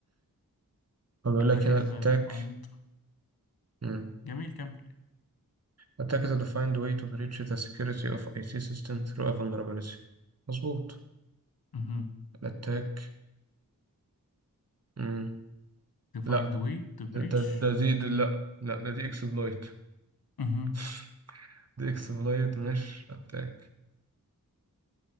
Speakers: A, on the right; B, on the left.
A: فبيقول
B: Attack
A: لك هنا
B: is
A: الاتاك
B: uh, defined
A: مم.
B: جميل كمل
A: attackers defined way to breach the security of IT system through a vulnerability مظبوط
B: مهم.
A: الاتاك مم.
B: to find
A: لا
B: way to bridge
A: ده ده ده دي ده لا لا ده دي اكسبلويت
B: مهم.
A: <laughs> دي اكسبلويت مش اتاك